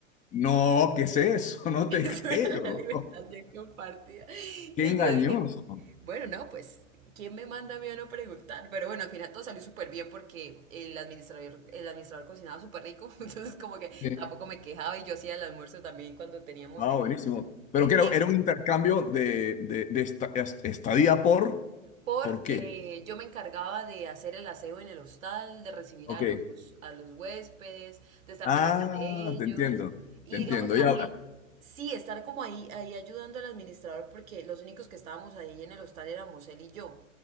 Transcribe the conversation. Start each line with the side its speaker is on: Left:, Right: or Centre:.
Left: No, ¿qué es eso? <laughs>
Right: <laughs>
Left: No
Right: Eso
Left: te creo.
Right: era la alimentación compartida. Y
Left: <laughs> Qué engañoso.
Right: yo dije, bueno, no, pues, ¿quién me manda a mí a no preguntar? Pero bueno, al final todo salió súper bien porque el administrador, el administrador cocinaba súper rico, <laughs> entonces como que
Left: Sí.
Right: tampoco me quejaba y yo hacía el almuerzo también cuando teníamos
Left: Ah,
Right: ahí
Left: buenísimo. Pero
Right: el
Left: que
Right: tiempo.
Left: era, era un intercambio de, de, de esta- est- estadía por,
Right: por
Left: ¿por qué?
Right: eh, yo me encargaba de hacer el aseo en el hostal, de recibir
Left: Ok.
Right: a los, a los huéspedes, de estar
Left: Ah,
Right: pendiente de ellos
Left: te entiendo.
Right: y
Left: Te entiendo.
Right: digamos también,
Left: Ya.
Right: sí, estar como ahí, ahí ayudando al administrador porque los únicos que estábamos ahí en el hostal éramos él y yo.